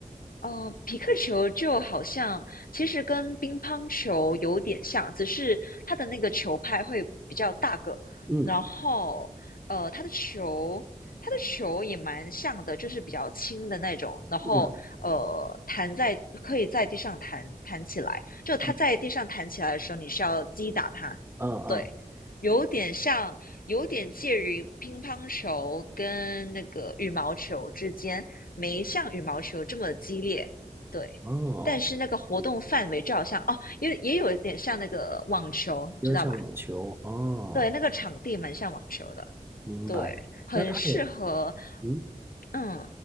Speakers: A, on the left (about 80°); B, on the right (about 15°).
A: 哦，皮克球就好像其实跟乒乓球有点像，只是它的那个球拍会比较大个，
B: 嗯
A: 然后呃，它的球它的球也蛮像的，就是比较轻的那种，然后呃，
B: 嗯
A: 弹在可以在地上弹弹起来，就它在地上弹起来的时候，
B: 嗯
A: 你是要击打它，
B: 嗯嗯，
A: 对，有点像有点介于乒乓球跟那个羽毛球之间，没像羽毛球这么激烈，对。
B: 哦，
A: 但是那个活动范围就好像哦，也也有一点像那个网球，
B: 有点像网球，
A: 知道吧？
B: 哦，
A: 对，那个场地蛮像网球的，
B: 明白。
A: 对，很适合，
B: 那它也。嗯。
A: 嗯，